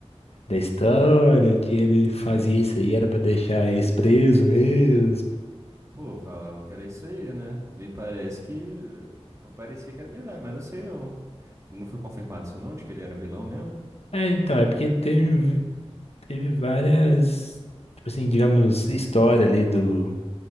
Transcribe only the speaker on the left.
da história, que ele fazia isso aí, era pra deixar eles preso mesmo.
É, então, é porque teve, teve várias, tipo assim, digamos, história ali do,